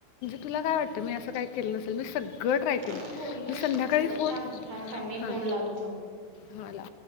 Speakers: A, on the left; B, on the right.
A: तुला काय वाटतं, मी असं काय केलं नसेल मी सगळं ट्राय केली
B: तू बोललाशील
A: मी संध्याकाळी
B: सोड
A: फोन
B: थांब थांब थांब मी
A: हा
B: फोन लावतो थांब.
A: मला